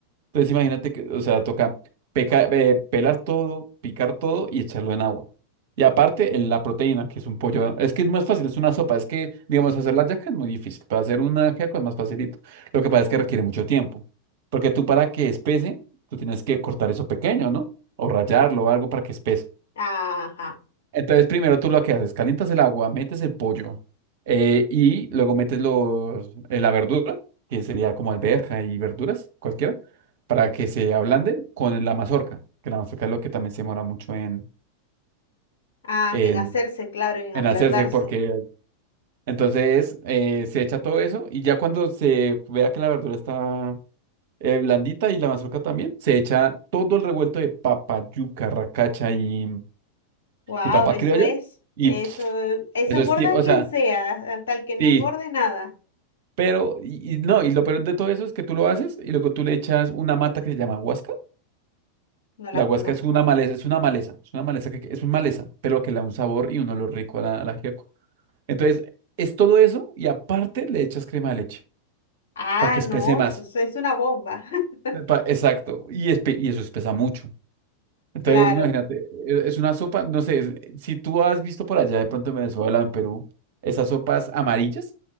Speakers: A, on the right; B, on the left.
A: Entonces imagínate que, o sea, toca peca- eh, pelar todo, picar todo y echarlo en agua. Y aparte, el- la proteína, que es un pollo. Es que es más fácil, es una sopa. Es que, digamos, hacer la yaca es muy difícil. Para hacer una yaca es más facilito. Lo que pasa
B: Mm,
A: es que
B: mm.
A: requiere mucho tiempo. Porque tú para que espese, tú tienes que cortar eso pequeño, ¿no? O rallarlo o algo para que espese.
B: Ajá.
A: Entonces, primero tú lo que haces, calientas el agua, metes el pollo eh, y luego metes los, eh, la verdura, que sería como alberja y verduras, cualquiera, para que se ablanden con la mazorca, que la mazorca es lo que también se demora mucho en,
B: Ah,
A: en,
B: que en hacerse, claro, en
A: en
B: ablandarse.
A: hacerse, porque entonces eh, se echa todo eso y ya cuando se vea que la verdura está eh, blandita y la mazorca también, se echa todo el revuelto de papa, yuca, racacha y,
B: Wow,
A: y papa
B: eso
A: criolla
B: es.
A: y
B: Eso,
A: pff,
B: eso
A: eso
B: engorda
A: es, tie- o
B: a quien
A: sea...
B: sea, a- tal que no
A: Sí,
B: engorde nada.
A: Pero, y, y no, y lo peor de todo eso es que tú lo haces y luego tú le echas una mata que se llama huasca.
B: No la
A: La huasca
B: conozco.
A: es una maleza, es una maleza, es una maleza que que- es un maleza, pero que le da un sabor y un olor rico a la, a la ajiaco. Entonces, es todo eso y aparte le echas crema de leche
B: Ah,
A: para que
B: no,
A: espese más.
B: eso, eso es una bomba. <laughs>
A: Pa- exacto, y, espe- y eso espesa mucho. Entonces,
B: Claro.
A: imagínate, e- es una sopa, no sé, es- si tú has visto por allá de pronto en Venezuela, en Perú, esas sopas amarillas